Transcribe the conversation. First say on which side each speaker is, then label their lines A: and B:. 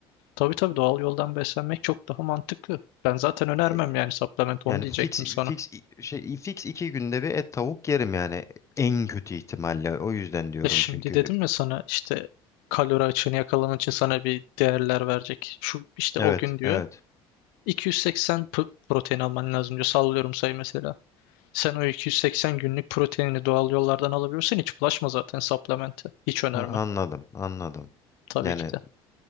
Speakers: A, on the left (about 80°); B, on the left (about 25°).
A: Tabii tabii doğal yoldan beslenmek çok daha mantıklı. Ben zaten önermem
B: e,
A: yani supplement onu
B: yani
A: diyecektim
B: fix
A: sana.
B: fix şey fix iki günde bir et tavuk yerim yani en kötü ihtimalle. O yüzden diyorum
A: E şimdi
B: çünkü.
A: dedim ya sana işte kalori açığını yakalaman için sana bir değerler verecek. Şu işte
B: Evet,
A: o gün diyor
B: evet.
A: 280 p- protein alman lazım diyor. Sallıyorum sayı mesela. Sen o 280 günlük proteinini doğal yollardan alabiliyorsan hiç bulaşma zaten supplement'e. Hiç önermem
B: Ha, anladım, anladım.
A: tabii
B: Yani
A: ki de.